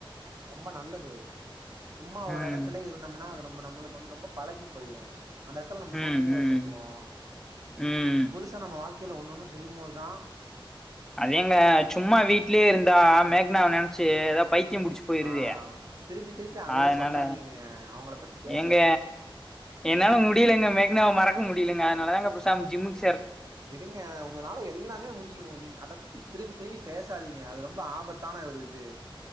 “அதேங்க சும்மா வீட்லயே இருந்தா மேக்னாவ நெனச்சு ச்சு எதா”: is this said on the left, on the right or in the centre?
Centre